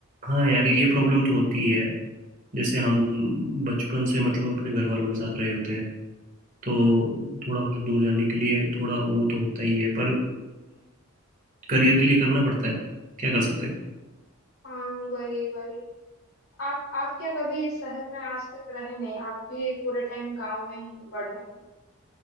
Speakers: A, on the right (about 40°); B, on the left (about 75°).
A: हाँ यार ये प्रॉब्लम तो होती ही है जैसे हम बचपन से मतलब अपने घर वालों के साथ रहे होते हैं तो
B: हाँ
A: थोड़ा मतलब दूर जाने के लिए थोड़ा वो तो होता ही है पर करियर के लिए करना पड़ता है क्या कर सकते हैं
B: हाँ वही वही आप आप क्या कभी शहर में आज तक रहे नहीं आप भी पूरे टाइम गांव में ही बढ़े हैं